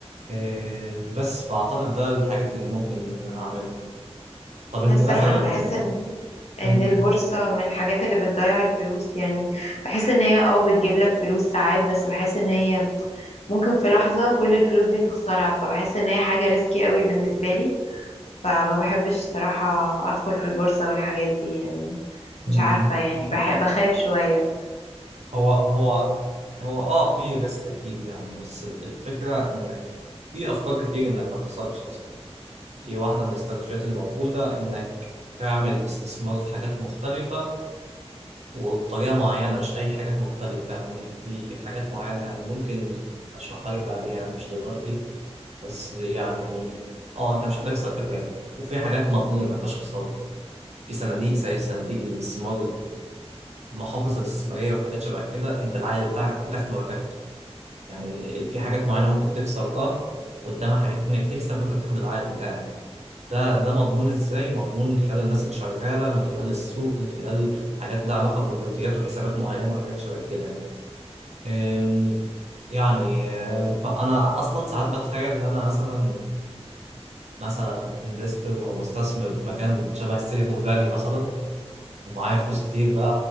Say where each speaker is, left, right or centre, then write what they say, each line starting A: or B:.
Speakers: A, on the right; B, on the left.
A: آه، بس فاعتقد ده الحاجات اللي ممكن اعملها طب انت
B: الصراحة
A: مثلا
B: انا بحس ان ان
A: م- م-
B: البورصة من الحاجات اللي بتضيع الفلوس يعني بحس ان هي اه بتجيب لك فلوس ساعات بس بحس ان هي ممكن في لحظة كل الفلوس دي تخسرها فبحس ان هي حاجة ريسكي قوي بالنسبة لي فما بحبش صراحة ادخل في البورصة والحاجات دي يعني
A: م-
B: مش
A: م.
B: عارفة يعني بحب بخاف شوية
A: هو هو هو اه في ريسك اكيد يعني بس الفكره انك في افكار كتير انك ما تخسرش اصلا في واحدة من الاستراتيجيات الموجودة إنك تعمل استثمار في حاجات مختلفة وبطريقة معينة مش أي حاجات مختلفة يعني في حاجات معينة يعني ممكن أشرحها لك بعدين يعني مش دلوقتي بس يعني أه أنت مش هتخسر في الغالب وفي حاجات مضمونة مفيهاش خسارة في صناديق زي صناديق الاستثمار المحافظ الاستثمارية وحاجات شبه كده أنت العائد بتاعك هتاخده وهتاخده يعني ال- ال- في حاجات معينة ممكن تخسر اه قدامها حاجات تانية بتكسب وانت بتاخد العائد بتاعك ده ده مضمون ازاي؟ مضمون من خلال الناس اللي شغالة من خلال السوق من خلال حاجات لها علاقة بالرياضيات وحسابات معينة وحاجات شبه كده يعني أم، يعني آه، فأنا أصلا ساعات بتخيل إن أنا مثلا مثلا انفستور أو مستثمر في مكان شبه السيليكون فالي مثلا ومعايا فلوس كتير بقى